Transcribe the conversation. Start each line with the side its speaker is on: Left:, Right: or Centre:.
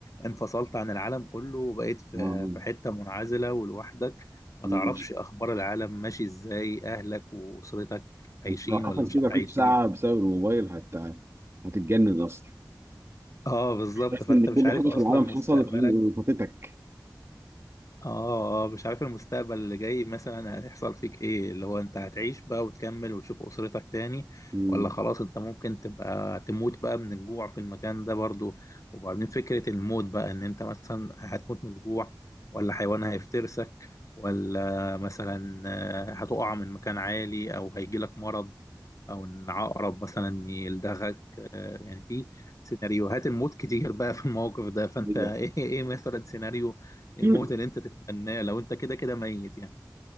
Left: انفصلت عن العالم كله وبقيت في
Right: آه.
Left: في حتة منعزلة ولوحدك ما
Right: مش
Left: تعرفش أخبار العالم ماشي إزاي أهلك وأسرتك عايشين
Right: أنت لو حصل
Left: ولا مش
Right: كده فيك
Left: عايشين
Right: ساعة بسبب الموبايل هت... هتتجنن أصلا
Left: اه بالظبط
Right: بس
Left: فأنت
Right: إن كل
Left: مش عارف
Right: حاجة
Left: أصلا
Right: في العالم
Left: مستقبلك
Right: حصلت وفاتتك
Left: اه آه، مش عارف المستقبل اللي جاي مثلا هيحصل فيك ايه اللي هو انت هتعيش بقى وتكمل وتشوف اسرتك تاني
Right: مم.
Left: ولا خلاص انت ممكن تبقى تموت بقى من الجوع في المكان ده برضو وبعدين فكرة الموت بقى ان انت مثلا هتموت من الجوع ولا حيوان هيفترسك ولا مثلا آه، هتقع من مكان عالي او هيجيلك مرض او ان عقرب مثلا يلدغك آه، يعني في سيناريوهات الموت كتير بقى في الموقف ده فانت
Right: <laughs>
Left: <laughs> ايه ايه مثلا سيناريو الموت
Right: أيوة.
Left: اللي انت تتمناه لو انت كده كده ميت يعني